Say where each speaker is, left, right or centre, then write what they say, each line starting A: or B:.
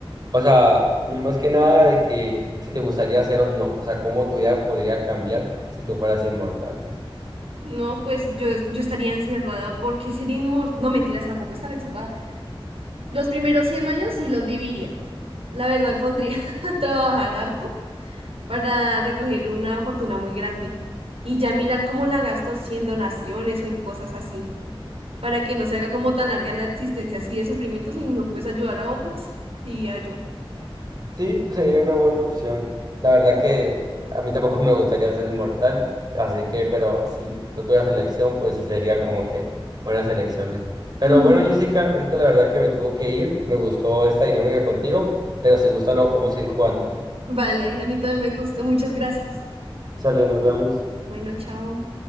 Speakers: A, on the right (about 45°); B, on the right (about 90°).
A: O sea, más que nada de que si te gustaría ser o no, o sea, cómo tu vida podría cambiar si tú fueras inmortal.
B: No, pues yo, yo estaría encerrada porque ser inmortal, no mentiras, tampoco estar encerrada. Los primeros 100 años sí los viviría. La verdad me pondría <laughs> a trabajar harto para recoger una fortuna muy grande y ya mirar cómo la gasto si en donaciones o en cosas así, para que no se haga como tan larga la existencia así de sufrimiento, sino pues ayudar a otras, diría yo.
A: Sí, pues sería una buena opción. La verdad
B: Ujú.
A: que a mí tampoco <laughs> me gustaría ser inmortal, así que, pero si no tuviera selección, pues sí sería como que buenas elecciones. Pero
B: Ujú.
A: bueno, Jessica, ahorita la verdad que me tuvo que ir, me gustó esta dinámica contigo, pero si gusta luego podemos seguir jugando.
B: Vale, a mí también me gustó. Muchas gracias.
A: Sale, nos vemos.
B: Bueno, chao.